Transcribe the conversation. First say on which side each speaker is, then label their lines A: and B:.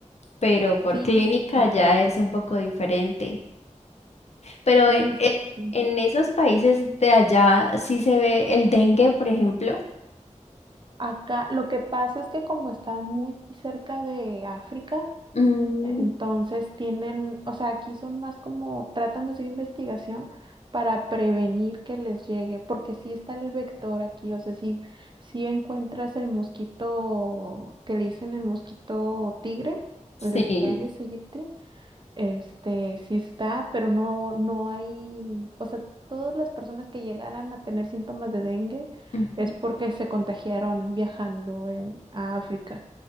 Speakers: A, on the left; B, on the right.
A: pero por
B: Sí,
A: clínica
B: claro,
A: ya es un poco diferente. Pero
B: sí.
A: en, en-
B: sí.
A: en esos países de allá sí se ve el dengue, por ejemplo.
B: Acá lo que pasa es que como está muy cerca de África,
A: Mm,
B: Entonces tienen, o sea, aquí son más como tratan de hacer investigación para prevenir que les llegue, porque sí está el vector aquí, o sea, si, si encuentras el mosquito que le dicen el mosquito tigre, el
A: Sí.
B: Aedes aegypti, este, sí está, pero no, no hay, o sea, todas las personas que llegaran a tener síntomas de dengue
A: ujú,
B: es porque se contagiaron viajando en, a África.